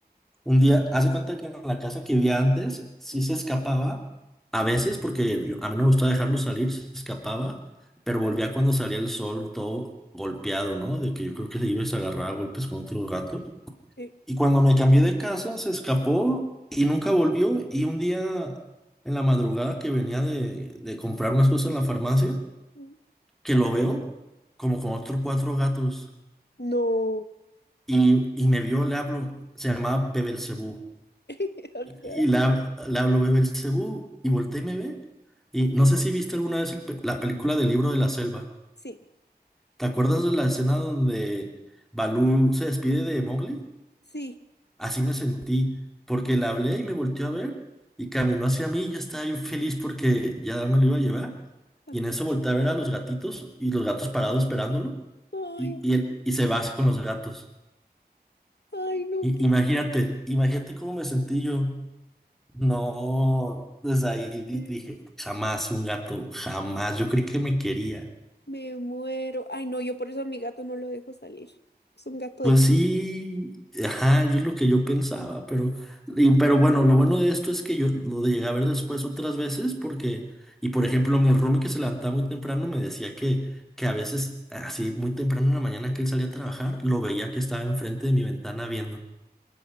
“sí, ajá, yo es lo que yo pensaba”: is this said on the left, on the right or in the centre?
Centre